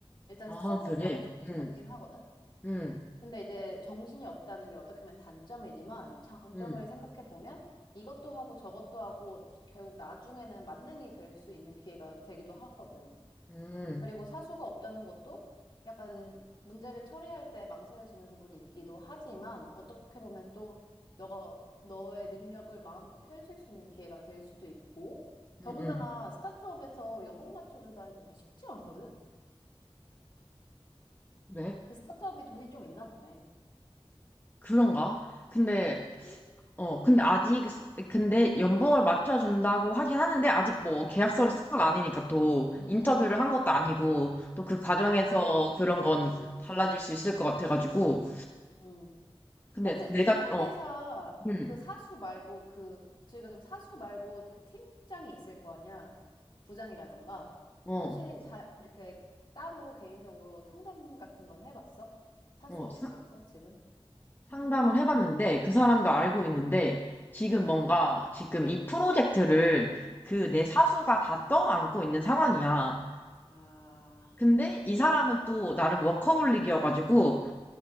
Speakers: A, on the left; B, on the left.
A: 일단
B: 아,
A: 스타트업
B: 그래?
A: 가면 정신없긴
B: 음,
A: 하거든.
B: 음,
A: 근데 이제 정신이 없다는 게 어떻게 보면 단점이지만 장점을
B: 음,
A: 생각해 보면 이것도 하고 저것도 하고 결국 나중에는 만능이 될 수 있는 기회가 되기도 하거든.
B: 음.
A: 그리고 사수가 없다는 것도 약간 문제를 처리할 때 망설여지는 부분이 있기도 하지만 어떻게 보면 또 너가 너의 능력을 마음껏 펼칠 수 있는 기회가 될 수도 있고 더군다나
B: 음, 음.
A: 스타트업에서 연봉 맞춰준다는 거 그거 쉽지 않거든?
B: 왜?
A: 그 스타트업이 돈이 좀 있나 보네.
B: 그런가? 근데,
A: 그치.
B: 어,
A: 음,
B: 근데 아직, 근데 연봉을 맞춰준다고 하긴 하는데, 아직 뭐 계약서를
A: 음,
B: 쓴 건 아니니까 또
A: 음,
B: 인터뷰를 한 것도
A: 그치.
B: 아니고, 또 그 과정에서
A: 아, 음,
B: 그런 건
A: 음,
B: 달라질 수 있을 것 같아가지고.
A: 음.
B: 근데
A: 혹시
B: 내가,
A: 기존
B: 어,
A: 회사
B: 음,
A: 그 사수 말고 그 지금 사수 말고 그 팀장이 있을 거 아니야? 부장이라던가.
B: 어,
A: 혹시 다 이렇게 따로 개인적으로 상담 같은 건 해봤어? 사수에
B: 어, 사-
A: 대해서 지금?
B: 상담을 해봤는데, 그 사람도 알고
A: 응, 응,
B: 있는데, 지금
A: 응,
B: 뭔가, 지금 이 프로젝트를 그
A: 응,
B: 내 사수가 다 떠안고 있는 상황이야.
A: 응. 아,
B: 근데
A: 그렇구나.
B: 이 사람은 또
A: 응,
B: 나름 워커홀릭이어가지고,